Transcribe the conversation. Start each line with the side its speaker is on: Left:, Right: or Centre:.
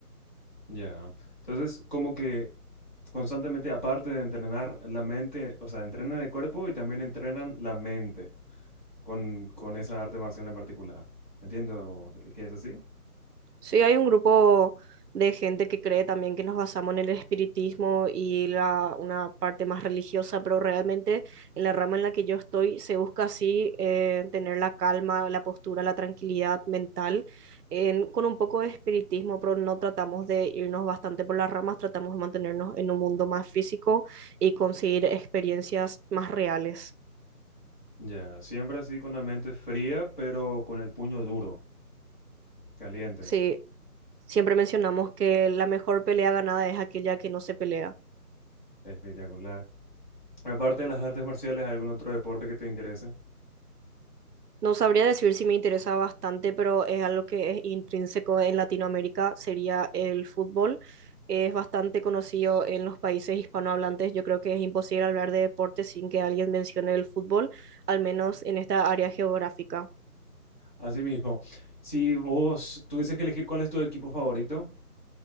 Left: Ya. Entonces, como que constantemente, aparte de entrenar la mente, o sea, entrenan el cuerpo y también entrenan la mente con, con esa arte marcial en particular. Entiendo que- que es así.
Right: Sí, hay un grupo de gente que cree también que nos basamos en el espiritismo y la, una parte más religiosa, pero realmente en la rama en la que yo estoy se busca así eh, tener la calma, la postura, la tranquilidad mental en- con un poco de espiritismo, pero no tratamos de irnos bastante por las ramas, tratamos de mantenernos en un mundo más físico y conseguir experiencias más reales.
Left: Ya, siempre así con la mente fría, pero con el puño duro, caliente.
Right: Sí, siempre mencionamos que la mejor pelea ganada es aquella que no se pelea.
Left: Espectacular. Aparte de las artes marciales, ¿hay algún otro deporte que te interese?
Right: No sabría decir si me interesa bastante, pero es algo que es intrínseco en Latinoamérica, sería el fútbol. Es bastante conocido en los países hispanohablantes. Yo creo que es imposible hablar de deporte sin que alguien mencione el fútbol, al menos en esta área geográfica.
Left: Asimismo, si vos tuvieses que elegir cuál es tu equipo favorito,